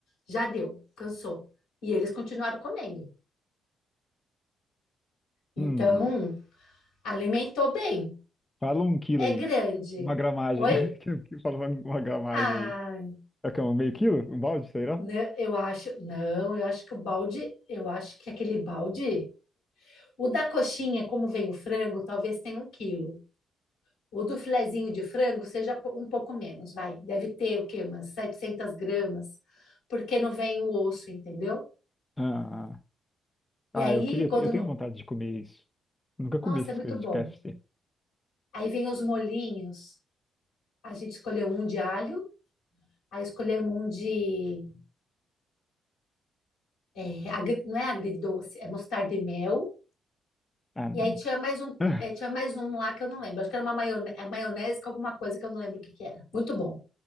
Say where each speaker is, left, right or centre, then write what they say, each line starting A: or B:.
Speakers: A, on the left; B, on the left.
A: já deu, cansou. E eles continuaram comendo. Então,
B: Hum,
A: alimentou bem.
B: fala um quilo
A: É
B: aí.
A: grande.
B: Uma gramagem.
A: Oi?
B: <laughs> Que- que Fala uma, uma gramagem
A: Ah,
B: aí. É que é um meio quilo? Um balde, será?
A: né, eu acho, não, eu acho que o balde, eu acho que aquele balde, o da coxinha, como vem o frango, talvez tenha um quilo. O do filezinho de frango seja um pouco menos, vai. Deve ter o quê? Umas 700 gramas, porque não vem o osso, entendeu?
B: Ah,
A: E
B: ah,
A: aí,
B: eu queria.
A: quando.
B: Eu
A: não-
B: tenho vontade de comer isso. Nunca
A: Nossa,
B: comi essas
A: é muito
B: coisas
A: bom.
B: de KFC.
A: Aí vem os molhinhos. A gente escolheu um de alho, aí escolhemos um de. é, agri- Não é agridoce, é mostarda e mel.
B: Ah, não.
A: E aí tinha mais um,
B: <laughs>
A: é, tinha mais um lá que eu não lembro. Acho que era uma maionese, maionese com alguma coisa que eu não lembro o que que era. Muito bom.